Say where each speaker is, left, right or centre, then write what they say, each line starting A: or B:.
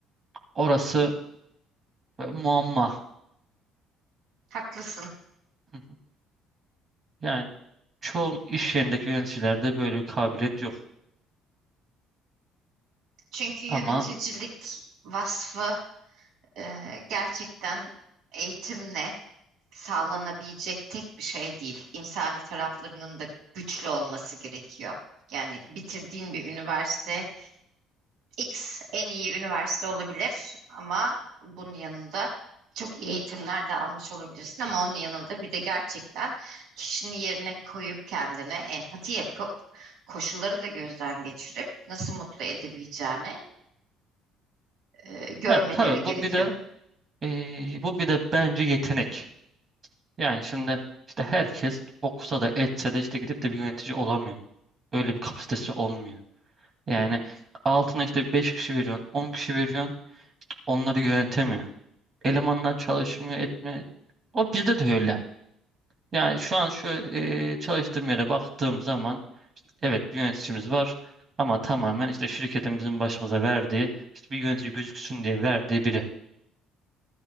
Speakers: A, on the right; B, on the right.
A: orası böyle muamma.
B: haklısın.
A: Hı hı. Yani çoğu iş yerindeki yöneticilerde böyle bir kabiliyet yok.
B: Çünkü yöneticilik
A: Ama
B: vasfı Ee, gerçekten eğitimle sağlanabilecek tek bir şey değil. İnsani taraflarının da güçlü olması gerekiyor. Yani bitirdiğin bir üniversite X en iyi üniversite olabilir ama bunun yanında çok iyi eğitimler de almış olabilirsin ama onun yanında bir de gerçekten kişinin yerine koyup kendine empati yapıp koşulları da gözden geçirip nasıl mutlu edebileceğini e, görmeleri
A: ya tabii
B: gerekiyor.
A: bu bir de Ee, bu bir de bence yetenek. Yani şimdi işte herkes okusa da etse de işte gidip de bir yönetici olamıyor. Öyle bir kapasitesi olmuyor. Yani altına işte 5 kişi veriyorsun, 10 kişi veriyorsun, onları yönetemiyor. Elemanlar çalışmıyor, etme. O bizde de öyle. Yani şu an şu e, çalıştığım yere baktığım zaman evet bir yöneticimiz var ama tamamen işte şirketin bizim başımıza verdiği işte bir yönetici gözüksün diye verdiği biri.